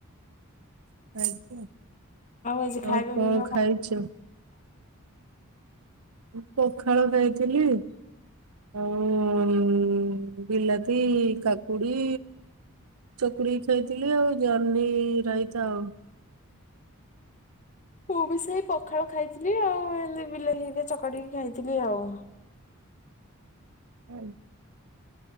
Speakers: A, on the right (about 80°); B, on the left (about 35°).
A: ଆଜ୍ଞା
B: ଆଜି ଖାଇବା
A: ଆଉ କଣ
B: ପିଇବା
A: ଖାଇଚ ମୁଁ ପଖାଳ ଖାଇଥିଲି ହଁ ବିଲାତି କାକୁଡି ଚକୁଟିକି ଖାଇଥିଲି ଆଉ ଜହ୍ନି ରାଇତା ଆଉ
B: ମୁଁ ବି ସେଇ ପଖାଳ ଖାଇଥିଲି ଆଉ ଏମୀତି ବିଲାତି ହେରିକା ଚକାଟିକି ଖାଇଥିଲି ନଆଉ <inaudible>
A: ହୁଁ